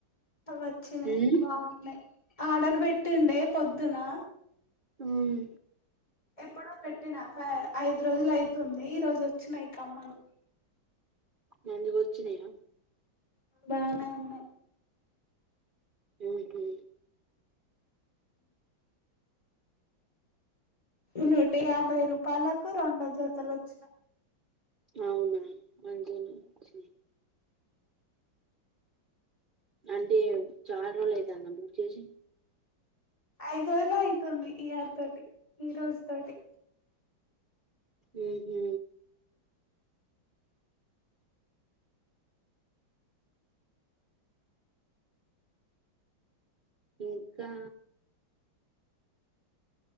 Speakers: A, on the left; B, on the right.
A: అవచినైయ్
B: మ్మ్
A: బాగున్నాయి ఆర్డర్ పెట్టుండే పొద్దునా
B: ఉమ్
A: ఎప్పుడో పెట్టినా ఫ ఐదు రోజులయితుంది ఈరోజువచినై కమ్మలు
B: మంచిగోచ్చినయా
A: బానే ఉన్నాయి
B: ఓకే
A: నుట యాభై రూపాయలకు రెండు జతలోచ్చినాయి
B: అవునా మంచిగనె ఒచ్చి అంటే అది చాలా రోజులైతుందా బుక్ చేసి
A: ఐదురోజులే అయితుంది ఈ ఆల్టీ తోటి ఈ రోజు తోటి
B: ఉ హు ఇంకా